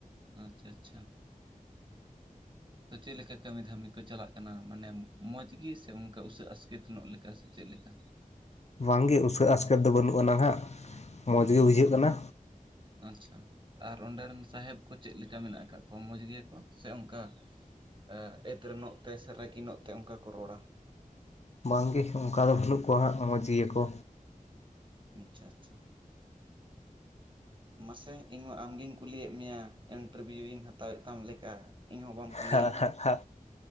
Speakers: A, on the right; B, on the left.
A: ᱟᱪᱪᱷᱟ ᱟᱪᱪᱷᱟ ᱛᱚ ᱪᱮᱫ ᱞᱮᱠᱟ ᱠᱟᱹᱢᱤ ᱫᱷᱟᱹᱢᱤ ᱠᱚ ᱪᱟᱞᱟᱜ ᱠᱟᱱᱟ ᱢᱟᱱᱮ ᱢᱚᱡᱽ ᱜᱮ ᱥᱮ ᱚᱱᱠᱟ ᱩᱥᱟᱹᱜ ᱟᱥᱠᱮᱛ ᱧᱚᱜ ᱞᱮᱠᱟ? ᱪᱮᱫ ᱞᱮᱠᱟ?
B: ᱵᱟᱝ ᱜᱮ ᱩᱥᱟ. ᱟᱥᱠᱮᱛ ᱫᱚ ᱵᱟᱹᱱᱩᱜᱼᱟ ᱱᱟᱦᱟᱸᱜ ᱢᱚᱸᱡᱽ ᱜᱮ ᱵᱩᱡᱷᱟᱹᱜ ᱠᱟᱱᱟ
A: ᱟᱪᱪᱷᱟ ᱟᱨ ᱚᱸᱰᱮ ᱨᱮᱱ ᱥᱟᱦᱮᱵᱽ ᱠᱚ ᱪᱮᱫ ᱞᱮᱠᱟ ᱢᱮᱱᱟᱜ ᱠᱟᱫ ᱠᱚᱣᱟ ᱢᱚᱡᱽ ᱜᱮᱭᱟᱠᱚ ᱥᱮ ᱚᱱᱠᱟ ᱮ ᱮᱫᱽᱨᱮ ᱱᱚᱜ ᱛᱮ ᱥᱮ ᱨᱟᱹᱜᱤ ᱱᱚᱜ ᱛᱮ ᱚᱱᱠᱟ ᱠᱚ ᱨᱚᱲᱟ
B: ᱵᱟᱝ ᱜᱮ ᱚᱱᱠᱟ ᱫᱚ ᱵᱟᱹᱱᱩᱜ ᱠᱚᱣᱟ ᱦᱟᱸᱜ ᱢᱚᱡᱽ ᱜᱮᱭᱟᱹᱠᱚ
A: ᱟᱪᱪᱷᱟ ᱟᱪᱪᱷᱟ ᱢᱟᱥᱮ ᱤᱧ ᱢᱟ ᱟᱢᱜᱤᱧ ᱠᱩᱞᱤᱭᱮᱫ ᱢᱮᱭᱟ ᱤᱱᱴᱟᱨᱵᱷᱤᱭᱩ ᱤᱧ ᱦᱟᱛᱟᱣᱮᱫ ᱛᱟᱢ ᱞᱮᱠᱟ ᱤᱧᱦᱚᱸ ᱵᱟᱢ ᱠᱩᱞᱤᱭᱤᱧᱟᱹ
B: ᱦᱟ ᱦᱟ ᱦᱟ